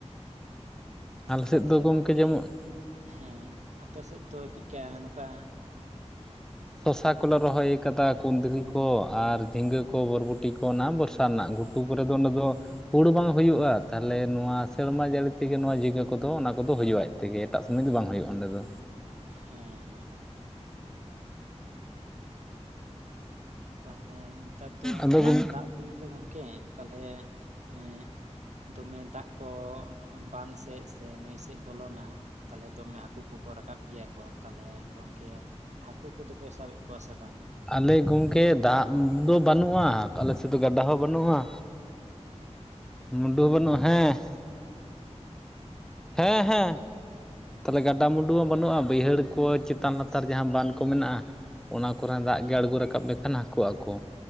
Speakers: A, in the centre; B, on the right.
A: ᱟᱞᱮ
B: ᱛᱟᱞᱦᱮ
A: ᱥᱮᱫ ᱫᱚ ᱜᱚᱢᱠᱮ
B: ᱜᱚᱝᱠᱮ
A: ᱡᱮᱢᱚᱱ
B: ᱦᱮᱸ ᱟᱯᱮ ᱥᱮᱫ ᱫᱚ ᱪᱤᱠᱟ, ᱱᱚᱝᱠᱟ
A: <inaudible> ᱥᱚᱥᱟ ᱠᱚᱞᱮ ᱨᱚᱦᱚᱭ ᱟᱠᱟᱫᱟ ᱠᱩᱸᱫᱽᱨᱤ ᱠᱚ ᱟᱨ ᱡᱷᱤᱸᱜᱟᱹ ᱠᱚ ᱵᱚᱨᱵᱚᱴᱴᱤ ᱠᱚ ᱚᱱᱟ ᱵᱚᱨᱥᱟ ᱨᱮᱱᱟᱜ᱾ ᱜᱷᱩᱴᱩ ᱠᱚᱨᱮ ᱫᱚ ᱚᱱᱟ ᱫᱚ ᱦᱩᱲᱩ ᱵᱟᱝ ᱦᱩᱭᱩᱜ-ᱟ, ᱛᱟᱦᱚᱞᱮ ᱱᱚᱣᱟ ᱥᱮᱨᱢᱟ ᱡᱟᱹᱲᱤ ᱛᱮᱜᱮ ᱱᱚᱣᱟ ᱡᱟᱹ ᱤᱭᱟᱹ ᱠᱚᱫᱚ ᱚᱱᱟ ᱠᱚᱫᱚ ᱦᱩᱭᱩᱜ-ᱟ ᱟᱡ ᱛᱮᱜᱮ ᱮᱴᱟᱜ ᱥᱚᱢᱚᱭ ᱫᱚ ᱵᱟᱝ ᱦᱩᱭᱩᱜ-ᱟ ᱚᱸᱰᱮ ᱫᱚ᱾
B: ᱦᱮᱸ ᱦᱮᱸ ᱛᱟᱦᱞᱮ ᱱᱮᱛᱟᱨ ᱫᱚ
A: ᱟᱫᱚ
B: ᱫᱟᱜ
A: ᱜᱚᱢᱠᱮ
B: ᱫᱟᱜ ᱫᱤᱱ ᱛᱚ ᱜᱚᱢᱠᱮ ᱛᱟᱦᱞᱮ ᱦᱮᱸ ᱫᱚᱢᱮ ᱫᱟᱜ ᱠᱚ ᱵᱟᱱ ᱥᱮᱫ ᱥᱮ ᱱᱟᱹᱭ ᱥᱮᱫ ᱵᱚᱞᱚᱱᱟ᱾ ᱛᱟᱦᱞᱮ ᱫᱚᱢᱮ ᱦᱟᱹᱠᱩ ᱠᱚᱠᱚ ᱨᱟᱠᱟᱵ ᱜᱮᱭᱟ ᱠᱚ ᱛᱟᱦᱚᱞᱮ ᱜᱚᱝᱠᱮ ᱦᱟᱹᱠᱩ ᱠᱚᱫᱚ ᱯᱮ ᱥᱟᱵ ᱮᱫ ᱠᱚᱣᱟ ᱥᱮ ᱵᱟᱝ?
A: ᱟᱞᱮ ᱜᱚᱢᱠᱮ ᱫᱟᱜ ᱫᱚ ᱵᱟᱹᱱᱩᱜ-ᱟ, ᱟᱞᱮ ᱥᱮᱫ ᱫᱚ ᱜᱟᱰᱟ ᱦᱚᱸ ᱵᱟᱹᱱᱩᱜ-ᱟ᱾ ᱢᱩᱰᱩ ᱵᱟᱹᱱᱩᱜ-ᱟ, ᱦᱮᱸ, ᱦᱮᱸ ᱦᱮᱸ᱾
B: <inaudible>
A: ᱛᱟᱦᱞᱮ ᱜᱟᱰᱟᱼᱢᱩᱰᱩ ᱦᱚᱸ ᱵᱟᱹᱱᱩᱜᱼᱟ, ᱵᱟᱹᱭᱦᱟᱹᱲ ᱠᱚ ᱪᱮᱛᱟᱱ ᱞᱟᱛᱟᱨ ᱡᱟᱦᱟᱸ ᱵᱟᱸᱫᱷ ᱠᱚ ᱢᱮᱱᱟᱜᱼᱟ? ᱚᱱᱟ ᱠᱚᱨᱟᱱ ᱫᱟᱜ
B: ᱦᱮᱸ
A: ᱜᱮ ᱟᱬᱜᱚ ᱨᱟᱠᱟᱵ ᱞᱮ ᱠᱷᱟᱱ ᱦᱟᱹᱠᱳ ᱟᱠᱚ,